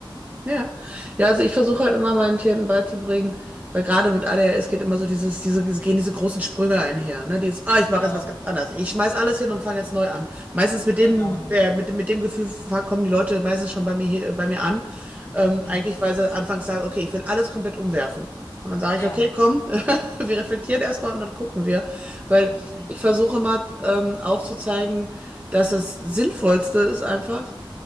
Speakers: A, on the right (about 20°); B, on the left (about 30°).
A: Ja. Ja, also ich versuche halt immer meinen Klienten beizubringen, weil gerade mit A D H S geht immer so dieses, diese, gehen diese großen Sprünge einher, ne? Dieses, ah, ich mache
B: wir? Genau,
A: jetzt was ganz anderes. Ich schmeiß alles hin und fange jetzt neu an. Meistens mit dem,
B: genau.
A: äh, mit dem, mit dem Gefühl fang, kommen die Leute meistens schon bei mir hier, bei mir an. Ähm,
B: Mhm.
A: eigentlich, weil sie anfangs sagen, okay, ich will alles komplett umwerfen. Und dann sage
B: Ja.
A: ich, okay, komm, <laughs> wir reflektieren erstmal und dann gucken wir. Weil
B: Mhm.
A: ich versuche mal ähm, aufzuzeigen, dass das Sinnvollste ist einfach,